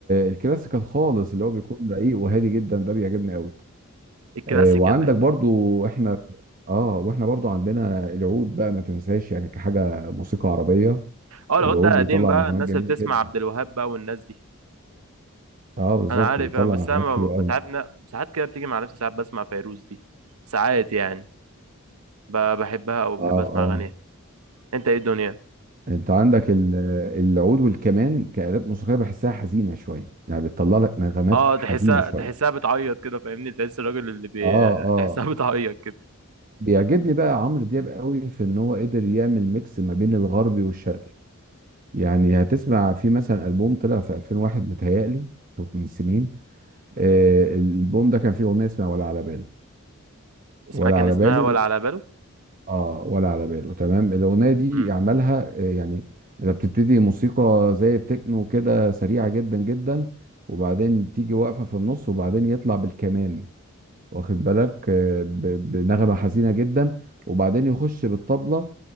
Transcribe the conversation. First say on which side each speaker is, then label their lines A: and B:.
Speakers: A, on the right; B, on the right.
A: الكلاسيكال خالص اللي هو بيكون رقيق وهادي جدا ده بيعجبني قوي
B: الكلاسيكال
A: آه وعندك
B: يعني
A: برضو احنا اه واحنا برضو عندنا العود بقى ما تنساش يعني كحاجة موسيقى عربية
B: اه العود
A: العود
B: ده
A: بيطلع
B: قديم بقى
A: نغمات
B: الناس
A: جميلة
B: اللي بتسمع
A: جدا
B: عبد الوهاب بقى والناس دي
A: اه بالظبط
B: انا عارف
A: بيطلع
B: يعني بس
A: نغمات
B: انا ما-
A: حلوة قوي
B: انت عارف ان ساعات كده بتيجي مع نفسي ساعات بسمع فيروز دي ساعات يعني ب- بحبها او بحب
A: اه
B: اسمع
A: اه
B: اغانيها انت ايه الدنيا
A: انت عندك ال- العود والكمان كآلات موسيقية بحسها حزينة شوية يعني بتطلع لك نغمات
B: اه تحسها
A: حزينة شوية
B: تحسها بتعيط كده فاهمني تحس الراجل اللي بي...
A: اه اه
B: تحسها <laughs> بتعيط كده
A: بيعجبني بقى عمرو دياب قوي في ان هو قدر يعمل ميكس ما بين الغربي والشرقي يعني هتسمع في مثلا ألبوم طلع في 2001 متهيألي شوف من سنين آه الألبوم ده كان فيه أغنية اسمها ولا على باله
B: اسمها
A: ولا
B: كان
A: على
B: اسمها
A: باله
B: ولا على
A: اه ولا على باله تمام الاغنيه دي
B: باله
A: عملها آه، يعني اذا بتبتدي موسيقى زي التكنو كده سريعه جدا جدا وبعدين تيجي واقفه في النص وبعدين يطلع بالكمان واخد بالك آه، ب- بنغمه حزينه جدا وبعدين يخش بالطبله